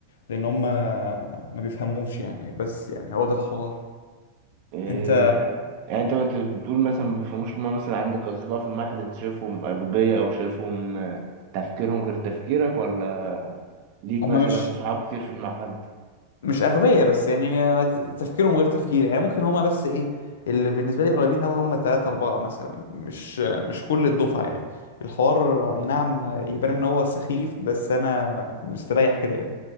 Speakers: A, on the left; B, on the right.
A: لأن هم ما بيفهموش يعني بس يعني هو ده الحوار
B: إيه
A: أنت
B: يعني انت انت بتقول مثلا ما بيفهموش لما مثلا عندك اصدقاء في المعهد انت شايفهم اغبياء او شايفهم آه، تفكيرهم غير تفكيرك ولا ليك
A: هم
B: مثلا
A: مش
B: صحاب كتير في المعهد
A: مش أغبياء بس يعني ما- تفكيرهم غير تفكيري يعني ممكن هما بس إيه اللي بالنسبة لي قريبين أوي هما تلاتة أربعة مثلا مش مش كل الدفعة يعني الحوار أي نعم يبان إن هو سخيف بس أنا مستريح كده يعني